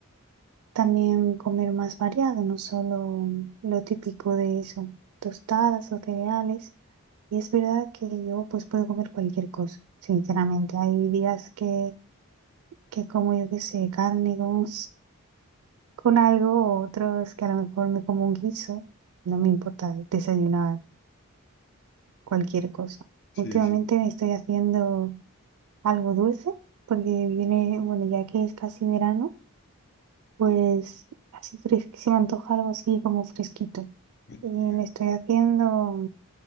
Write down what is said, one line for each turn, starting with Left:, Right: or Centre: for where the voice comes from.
Right: también comer más variado, no solo lo típico de eso, tostadas o cereales. Y es verdad que yo pues puedo comer cualquier cosa, sinceramente. Hay días que, que como yo qué sé, carne con, con algo, otros que a lo mejor me como un guiso. No me importa desayunar cualquier cosa.
Left: Sí,
Right: Últimamente
Left: sí.
Right: me estoy haciendo algo dulce porque viene, bueno, ya que es casi verano, pues así fres- se me antoja algo así como fresquito.
Left: <laughs>
Right: Y me estoy haciendo,